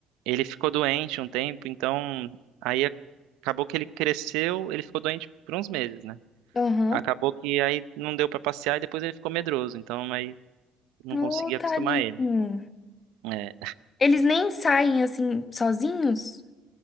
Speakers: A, on the right; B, on the left.
A: ele ficou doente um tempo, então aí a- acabou que ele cresceu, ele ficou doente por uns meses, né?
B: Aham.
A: Acabou que aí não deu pra passear e depois ele ficou medroso, então aí não consegui
B: Ô,
A: acostumar
B: tadinho.
A: ele. É,
B: Eles nem saem assim sozinhos?